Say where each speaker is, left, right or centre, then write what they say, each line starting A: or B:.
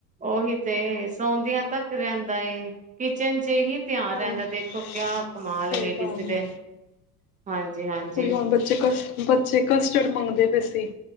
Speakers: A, on the right; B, on the left.
A: ਓਹੀ ਤੇ ਸੌ ਤੱਕ ਰਹਿੰਦਾ ਏ ਕਿਚਨ ਚ ਹੀ ਧਿਆਨ
B: ਹੋਰ
A: ਰਹਿੰਦਾ ਦੇਖੋ ਕਿਆ ਕਮਾਲ
B: ਸਹੀ
A: ਲੇਡੀਜ਼
B: ਗੱਲ ਹੈ।
A: ਦੇ ਹਾਂਜੀ-ਹਾਂਜੀ
B: ਕੋਈ ਹੁਣ ਬੱਚੇ ਕ ਬੱਚੇ ਕਸਟਰਡ ਮੰਗਦੇ ਪਏ ਸੀ।